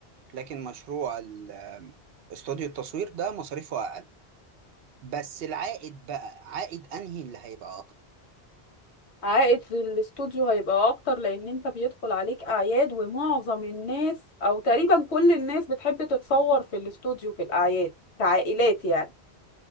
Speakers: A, on the right (about 65°); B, on the left (about 85°).
A: لكن مشروع ال- استوديو التصوير ده مصاريفه أقل بس العائد بقى عائد أنهي اللي هيبقى أكتر
B: عائد للاستوديو هيبقى اكتر لان انت بيدخل عليك اعياد ومعظم الناس او تقريبا كل الناس بتحب تتصور في الاستوديو في الاعياد كعائلات يعني